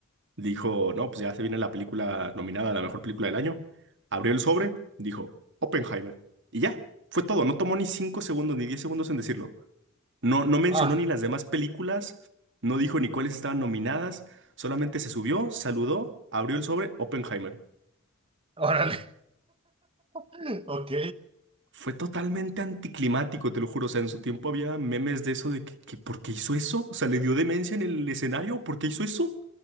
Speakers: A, on the right; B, on the right.
A: dijo, no, pues ya se viene la película nominada a la mejor película del año. Abrió el sobre, dijo, Oppenheimer. Y ya, fue todo. No tomó ni 5 segundos ni 10 segundos en decirlo. No, no mencionó
B: Ah,
A: ni las demás películas, no dijo ni cuáles estaban nominadas, solamente se subió, saludó, abrió el sobre, Oppenheimer.
B: órale. <laughs> Ok.
A: Fue totalmente anticlimático, te lo juro. O sea, en su tiempo había memes de eso de que, que ¿por qué hizo eso? O sea, ¿le dio demencia en el escenario? ¿Por qué hizo eso?